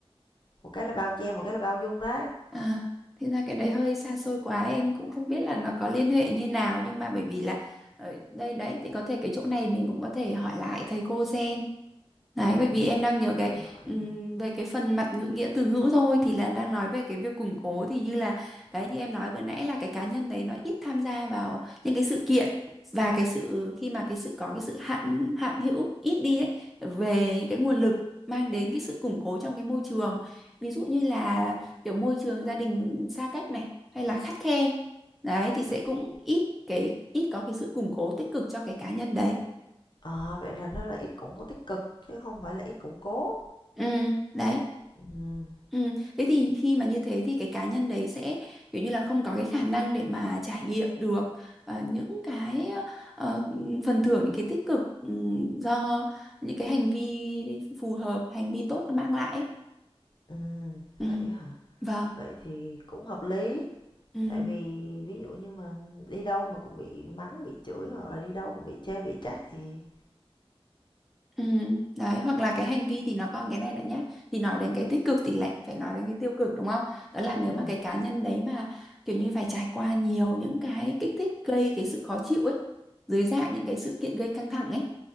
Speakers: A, on the left (about 50°); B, in the centre.
A: một cái là bao che, một cái là bao dung đấy.
B: À, thì ra cái đấy hơi xa xôi quá em cũng không biết là nó có liên hệ như nào nhưng mà bởi vì là ờ, đây đấy thì có thể cái chỗ này mình cũng có thể hỏi lại thầy cô xem đấy
A: Ừm,
B: bởi vì em đang
A: chắc
B: nhớ
A: là
B: cái
A: phải hỏi
B: ừm,
A: rồi.
B: về cái phần mặt ngữ nghĩa từ ngữ thôi thì là đang nói về cái việc củng cố thì như là đấy như em nói vừa nãy là cái cá nhân đấy nó ít tham gia vào những cái sự kiện và cái sự khi mà cái sự có cái sự hạn hạn hữu ít đi ấy, về những cái nguồn lực mang đến cái sự củng cố trong cái môi trường ví dụ như là kiểu môi trường gia đình xa cách này hay là khắt khe đấy thì
A: Vậy
B: sẽ cũng
A: thì
B: ít cái ít có cái sự củng cố tích cực cho cái cá nhân đấy
A: ờ, vậy là nó là ít củng cố tích cực chứ không phải là ít củng cố.
B: ừ đấy
A: Ừm,
B: ừ. thế thì khi mà như thế thì cái cá nhân đấy sẽ kiểu như là không có cái khả năng để mà trải nghiệm được ờ, những cái ờ, phần thưởng những cái tích cực ừm, do những cái hành vi phù hợp hành vi tốt nó mang lại ấy.
A: ừm,
B: ừ.
A: vậy hả?
B: vâng
A: Vậy thì cũng hợp lý.
B: ừ.
A: Tại vì ví dụ như mà đi đâu mà cũng bị mắng, bị chửi hoặc là đi đâu cũng bị chê, bị trách thì
B: Ừ, đấy hoặc là cái hành vi thì nó còn cái này nữa nhá thì nói đến cái tích cực thì lại phải nói đến cái tiêu cực đúng không đó là nếu
A: ừm,
B: mà cái cá nhân đấy mà kiểu như phải trải qua nhiều những cái kích thích gây cái sự khó chịu ấy dưới dạng những cái sự kiện gây căng thẳng ấy